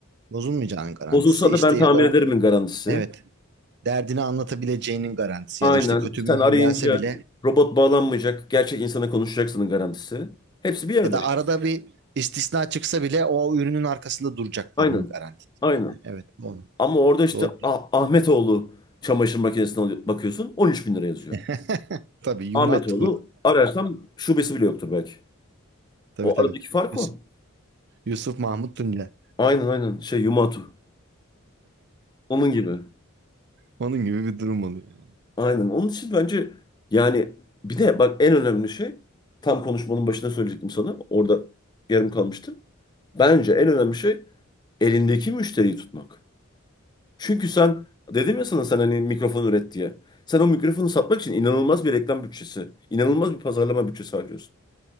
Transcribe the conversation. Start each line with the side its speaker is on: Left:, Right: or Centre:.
Right: Bozulmayacağının garantisi
Left: Bozulsa da
Right: işte
Left: ben tamir
Right: ya da
Left: ederimin garantisi.
Right: evet derdini anlatabileceğinin garantisi
Left: Aynen.
Right: ya da işte kötü
Left: Sen
Right: bir ürün
Left: arayınca
Right: gelse bile
Left: robot bağlanmayacak, gerçek insana konuşacaksının garantisi. Hepsi bir yerde
Right: Ya da
Left: işte.
Right: arada bir istisna çıksa bile o ürünün arkasında duracaklarının
Left: Aynen.
Right: garantisi
Left: Aynen.
Right: yani. Evet doğru.
Left: Ama orada işte
Right: Doğru.
Left: Ah- Ahmetoğlu çamaşır makinesine alıyor- bakıyorsun 13 bin lira yazıyor.
Right: <laughs> Tabii Yunatu.
Left: Ahmetoğlu ararsam şubesi bile yoktur belki.
Right: Tabii
Left: O
Right: tabii.
Left: aradaki fark
Right: Yusuf,
Left: o.
Right: Yusuf Mahmut Tunca.
Left: Aynen aynen şey Yumatu. Onun gibi.
Right: Onun gibi bir durum oluyor yani.
Left: Aynen. Onun için bence yani bir de bak en önemli şey tam konuşmanın başında söyleyecektim sana. Orada yarım kalmıştı. Bence en önemli şey elindeki müşteriyi tutmak. Çünkü sen dedim ya sana sen hani mikrofon üret diye. Sen o mikrofonu satmak için inanılmaz bir reklam bütçesi, inanılmaz bir pazarlama bütçesi harcıyorsun.